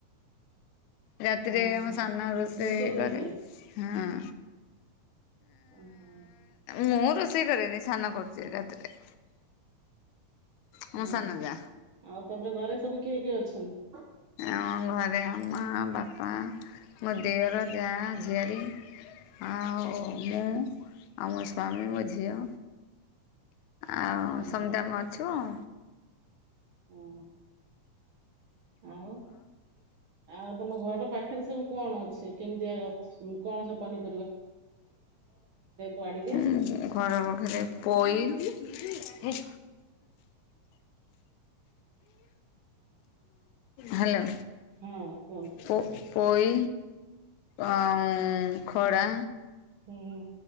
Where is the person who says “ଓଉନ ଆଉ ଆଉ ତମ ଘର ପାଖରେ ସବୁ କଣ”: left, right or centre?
Right